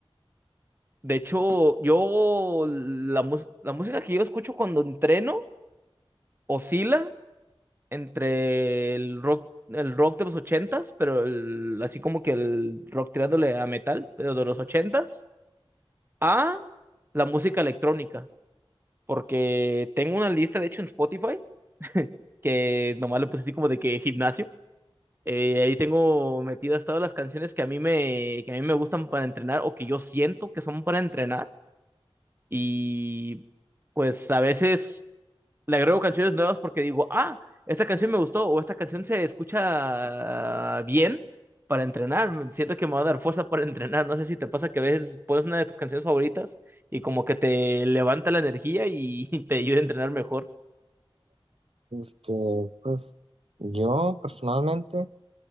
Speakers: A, on the right; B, on the right.
A: de hecho, yo la, mus- la música que yo escucho cuando entreno oscila entre el rock, el rock de los ochentas, pero el- así como que el rock tirándole a metal, pero de los ochentas, a la música electrónica. Porque tengo una lista, de hecho, en Spotify, que nomás le puse así como de que gimnasio. Eh, ahí tengo metidas todas las canciones que a mí me, que a mí me gustan para entrenar o que yo siento que son para entrenar. Y pues a veces le agrego canciones nuevas porque digo, ah, esta canción me gustó o esta canción se escucha bien para entrenar. Siento que me va a dar fuerza para <laughs> entrenar. No sé si te pasa que a veces pones una de tus canciones favoritas y como que te levanta la energía y <laughs> te ayuda a entrenar mejor.
B: Este, pues, yo personalmente,